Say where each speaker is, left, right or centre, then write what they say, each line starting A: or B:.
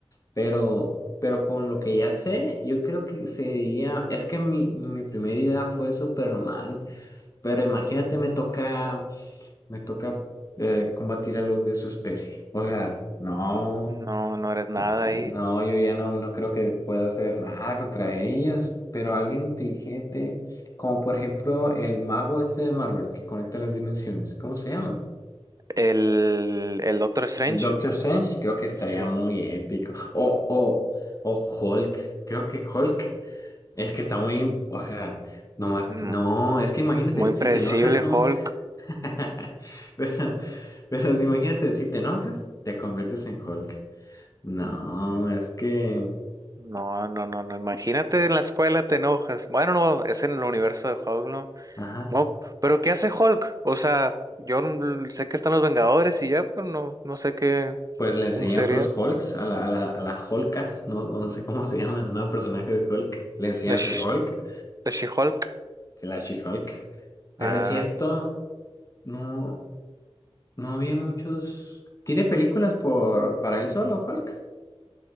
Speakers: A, on the left (about 35°); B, on the right (about 35°).
A: Pero, pero con lo que ya sé, yo creo que sería, es que mi, mi primera idea fue Superman, Pero imagínate, me toca, me toca eh, combatir a los de su especie. O sea, no,
B: No, no eres nada
A: eh,
B: ahí.
A: no, yo ya no, no creo que pueda hacer nada contra ellos. Pero alguien inteligente, como por ejemplo el mago este de Marvel que conecta las dimensiones, ¿cómo se llama?
B: El, el Doctor Strange.
A: El Doctor Strange, creo que estaría
B: Sí.
A: muy épico. O, o, o Hulk, creo que Hulk es que está muy, o sea, nomás,
B: Mm,
A: no, es que imagínate,
B: Muy impredecible,
A: si te enojas muy.
B: Hulk.
A: <laughs> Pero, pero si imagínate, si te enojas, te conviertes en Hulk. No, es que,
B: No, no, no, no. Imagínate en la escuela te enojas. Bueno, no, es en el universo de Hulk, ¿no?
A: ajá,
B: No, pero ¿qué hace Hulk? O sea, yo no- sé que están los Vengadores y ya, pero no, no sé qué,
A: pues le enseñé
B: cómo sería
A: a otros Hulks, a la, a la, a la Hulka, no, no sé cómo se llama, no, personaje de Hulk. Le enseñé
B: la,
A: a ser
B: Sh-
A: Hulk,
B: la She-Hulk.
A: la She-Hulk. Pero
B: Ah,
A: es cierto, no, no había muchos. ¿Tiene películas por, para él solo, Hulk?